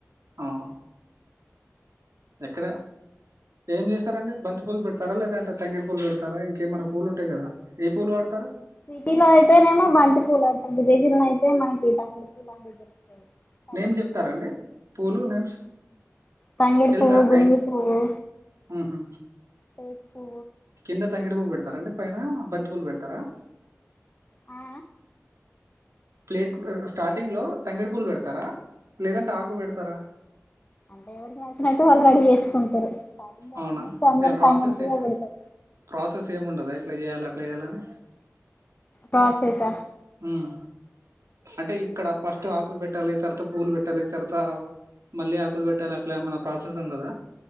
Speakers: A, on the right; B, on the left.
A: ఆహ ఎక్కడ ఏం చేస్తారండి బంతి పూలు పెడతారా లేదంటే తంగేడు పూలు పెడతారా ఇంకేమన్నా పూలు ఉంటాయి కదా ఏ పూలు వాడతారా
B: సిటీలో అయితేనేమో బంతి పూలు ఆడతం విలేజీ లో నయితే మనకీ తంగెడు పూలు పల్లెటూర్లలో
A: నేమ్స్ చెప్తారాండి పూలు నేమ్స్
B: తంగేడు
A: తెలుసా
B: పువ్వు గునుగు
A: ఐడియా
B: పువ్వు
A: ఉహు
B: టెక్ పూ
A: కింద తంగెడు వువ్వు పెడతారండి పైన బంతి పువ్వులు పెడతారా
B: ఆ
A: ప్లేట్ స్టార్టింగ్లో తంగెడి పువ్వు పెడతారా లేదంటే ఆకు పెడతారా
B: అంటే ఎవరికి నచ్చినట్టు వాళ్ళు రెడీ చేసుకుంటారు స్టార్టింగ్
A: అవునా
B: ఆల్మోస్ట్ అందరు
A: ఇగ ప్రాసెస్
B: తంగెడు పువ్వే పెడతారు
A: ప్రాసెస్ ఏమి ఉండదా ఇట్లా చేయాలి అట్లా చేయాలని
B: ప్రాసెస
A: హమ్ అంటే ఇక్కడ ఫస్ట్ ఆకులు పెట్టాలి తర్వాత పూవులు పెట్టాలి తర్వాత మళ్ళీ ఆకులు పెట్టాలి అట్లా ఏమైన్నా ప్రాసెస్ ఉండదా